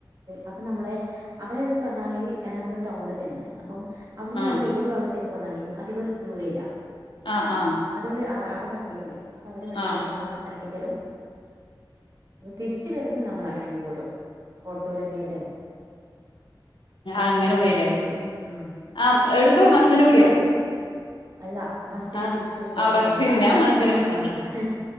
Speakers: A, on the right; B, on the left.
A: അപ്പൊ നമ്മളെ അവരേതന്ന് പറഞ്ഞാല് ഈ എറണാകുളം ടൗണിൽ തന്നെയാണ് അപ്പം. അവിടുന്ന്
B: ആഹ്
A: ഞങ്ങൾ ഏത് ഭാഗ അത്തേക്ക് പോന്നെങ്കിലും അധികം ദൂരെ ഇല്ല.
B: ആഹ് ആഹ്
A: അതുകൊണ്ട്. വിടെ വണ്ടി ഇണ്ട്. അപ്പൊ അവര് വണ്ടിും
B: ആഹ്
A: നമ്മള് തെരും അപ്പൊ തിരിച്ച് വരുന്നെ നമ്മള് അങ്ങനെയങ്ങ് പോരും ഓട്ടോലൊക്കെ ആയിട്ട് <unintelligible>
B: അങ്ങനെ പോയില്ലേ ആഹ് എവിടക്ക മസനഗുടിയോ
A: അല്ല ബസ്സിന്
B: ആഹ്
A: തിരിച്ച് പോരൂന്ന്
B: ആഹ് ബസ്സിന്
A: മസന
B: ഞാൻ മസനഗുടി
A: ആഹ്